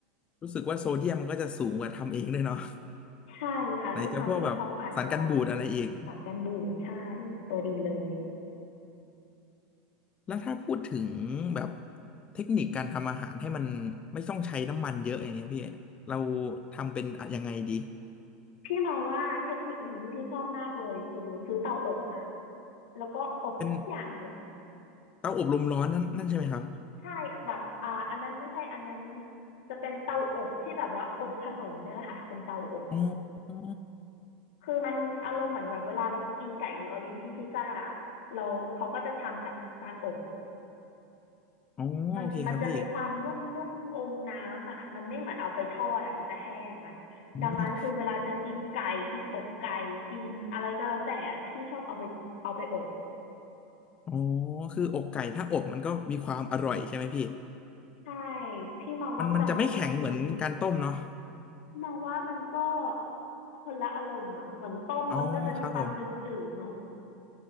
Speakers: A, on the left (about 25°); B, on the left (about 85°).
A: รู้สึกว่าโซเดียมมันก็จะสูงกว่าทำเองด้วยเนาะ
B: ใช่ค่ะด้วยความที่เขาอาจจะ
A: ไหนจะพวกแบบสารกันบูดอะไรอีก
B: สารกันบูดใช่ตัวดีเลย
A: แล้วถ้าพูดถึงแบบเทคนิคการทำอาหารให้มันไม่ต้องใช้น้ำมันเยอะอย่างเงี้ยพี่เราทำเป็นอะยังไงดี
B: พี่มองว่าเทคนิคหนึ่งที่พี่ชอบมากเลยคือซื้อเตาอบมาแล้วก็อบทุกอย่างเลย
A: เป็นเตาอบลมร้อนนั่นนั่นใช่ไหมครับ
B: ใช่แบบอ่าอันนั้นไม่ใช่อันนั้นจะเป็นเตาอบที่แบบว่าอบขนมเนี่ยแหละค่ะเป็นเตาอบ
A: อ๋ออ๋อ
B: คือมันอารมณ์เหมือนแบบเวลาเราจะกินไก่นิวออร์ลีนที่พิซซ่าเราเขาก็จะทำจากการอบ
A: อ๋อโอเคครับพี่
B: มันมันจะมีความนุ่มๆอมน้ำอ่ะมันไม่เหมือนเอาไปทอดอ่ะมันจะแห้งอ่ะดังนั้นคือเวลาจะกินไก่กินอกไก่กินอะไรก็แล้วแต่อะพี่ชอบเอาไปเอาไปอบ
A: อืมอ๋อคืออกไก่ถ้าอบมันก็มีความอร่อยใช่ไหมพี่
B: ใช่พี่มองว่ากรรมวิธี
A: มันมันจะไม่แข็งเหมือนการต้มเนาะ
B: มองว่ามันก็คนละอารมณ์อ่ะเหมือนต้มมันก็จะมีความจืดๆเนาะ
A: อ๋อครับผม